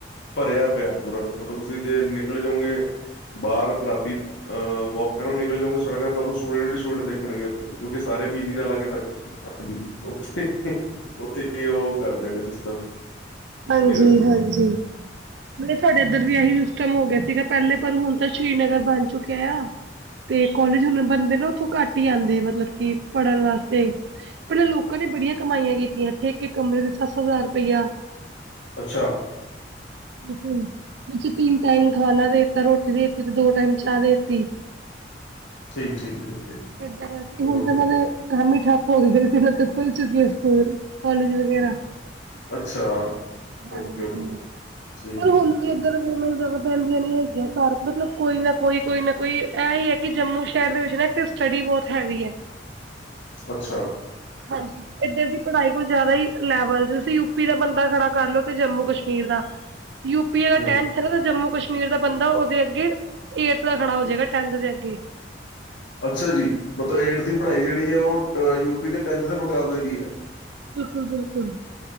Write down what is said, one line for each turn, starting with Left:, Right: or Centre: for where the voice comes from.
Left: ਭਰਿਆ ਪਿਆ ਪੂਰਾ। ਮਤਲਬ ਤੁਸੀਂ ਜੇ ਨਿਕਲ ਜਾਓਗੇ। ਬਾਹਰ ਰਾਤੀ ਅਹ ਵੋਕ ਕਰਨ ਨਿਕਲ ਜੋਗੇ ਸੜਕ ਦਾ ਤੁਹਾਨੂੰ ਸਟੂਡੈਂਟ ਸਟੂਡੈਂਟ ਦੇਖਣਗੇ ਓਥੇ। ਕਿਉਂਕਿ ਸਾਰੇ ਪੀ ਜੀ ਨਾਲ ਲਾਗੇ, ਹਾਂਜੀ ਉੱਥੇ ਉੱਥੇ ਉਹ ਕਰਦੇ ਨੇ ਸਿਸਟਮ।
Right: ਹਾਂਜੀ-ਹਾਂਜੀ।
Left: ਉੱਥੇ ਹੀ ਰਹਿੰਦੇ ਨੇ
Right: ਮਤਬ ਸਾਡੇ ਇੱਧਰ ਵੀ ਇਹੀ ਸਿਸਟਮ ਹੋ ਗਿਆ ਸੀਗਾ ਪਹਿਲੇ ਪਰ ਹੁਣ ਤਾਂ ਸ੍ਰੀਨਗਰ ਬਣ ਚੁੱਕਿਆ ਆ। ਤੇ ਕੋਲਜ ਹੁਣ ਬੰਦੇ ਨਾ ਉੱਥੋਂ ਘੱਟ ਹੀ ਆਂਦੇ ਮਤਲਬ ਕਿ ਪੜ੍ਹਨ ਵਾਸਤੇ। ਪਹਿਲਾਂ ਲੋਕਾਂ ਨੇ ਬੜੀਆਂ ਕਮਾਈਆਂ ਕੀਤੀਆਂ ਇੱਥੇ ਇੱਕ-ਇੱਕ ਕਮਰੇ ਦੇ ਸੱਤ-ਸੱਤ ਹਜ਼ਾਰ ਰੁਪਇਆ
Left: ਅੱਛਾ।
Right: ਬਿਲਕੁਲ। ਵਿੱਚ ਤਿੰਨ ਟਾਈਮ ਖਾਣਾ ਦੇਤਾ, ਰੋਟੀ ਦੇ ਦਿੱਤੀ ਤੇ ਦੋ ਟਾਈਮ ਚਾਹ ਦੇਤੀ।
Left: ਠੀਕ ਠੀਕ ਠੀਕ ਠੀਕ
Right: ਏਦਾਂ ਅਸੀਂ
Left: ਚਲੋ
Right: ਹੁਣ ਤਾਂ
Left: ਬਾਈ।
Right: ਇਹਨਾਂ ਦੇ ਕੰਮ ਹੀ ਠੱਪ ਹੋ ਖੁੱਲ ਚੁੱਕੀ ਹੈ ਸਕੂਲ, ਕਾਲਜ ਵਗੈਰਾ।
Left: ਅੱਛਾ।
Right: ਹਾਂਜੀ,
Left: ਓਕੇ ਓਕੇ ਠੀਕ
Right: ਪਰ
Left: ਹੈ
Right: ਹੁਣ
Left: ਠੀਕ
Right: ਵੀ ਜ਼ਿਆਦਾ ਪੈਂਦੀਆਂ ਨਹੀਂ ਹੈਗੀਆਂ ਘਰ ਮਤਲਬ ਕੋਈ ਨਾ ਕੋਈ ਕੋਈ ਨਾ ਕੋਈ ਐ ਈ ਐ ਕਿ ਜੰਮੂ ਸ਼ਹਿਰ ਦੇ ਵਿੱਚ ਨਾ ਤੇ ਸਟੱਡੀ ਬਹੁਤ ਹੈਵੀ ਐ।
Left: ਅੱਛਾ।
Right: ਹਾਂਜੀ ਏਧਰ ਦੀ ਪੜ੍ਹਾਈ ਕੁਝ ਜ਼ਿਆਦਾ ਹੀ ਲੈਵਲ ਤੁਸੀਂ ਯੂਪੀ ਦਾ ਬੰਦੇ ਦਾ ਖੜਾ ਕਰ ਲੋ ਤੇ ਜੰਮੂ ਕਸ਼ਮੀਰ ਦਾ ਯੂਪੀ
Left: ਹੂੰ
Right: ਅੱਗੇ ਟੈਨ ਜੰਮੂ ਕਸ਼ਮੀਰ ਦਾ ਬੰਦਾ ਉਹਦੇ ਅੱਗੇ, ਏਟਥ ਦਾ ਖੜਾ ਹੋ ਜਾਏਗਾ ਟੈਨਥ ਦੇ ਅੱਗੇ।
Left: ਅੱਛਾ ਜੀ, ਮਤਲਬ ਏਟ ਦੀ ਪੜ੍ਹਾਈ ਜਿਹੜੀ ਹੈ ਉਹ ਯੂਪੀ ਦੇ ਟੈਂਥ ਦੇ ਮੁਕਾਬਲੇ ਦੀ ਏ।
Right: ਬਿਲਕੁਲ-ਬਿਲਕੁਲ,